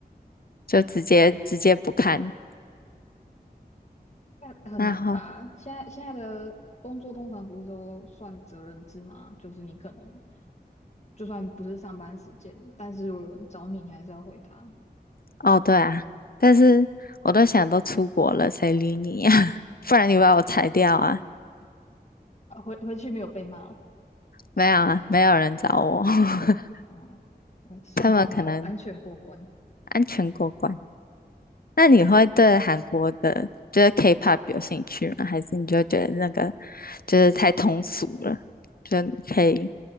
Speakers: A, on the left; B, on the left.
A: 就直接直接不看。
B: 那很难吧？
A: 那好。
B: 现在现在的工作通常不是都算责任制吗？就是你可能就算不是上班时间，但是如果有人找你，你还是要回他。
A: 哦，对啊，但是我都想都出国了，谁理你呀、<laughs> 不然你把我裁掉啊？
B: 啊，回回去没有被骂哦，
A: 没有啊，没有人找我，<laughs>
B: 哦，呃算刚好安全过关。
A: 他们可能安全过关。那你会对韩国的，就是 K-pop 有兴趣吗？还是你就觉得那个就是太通俗了，就你可以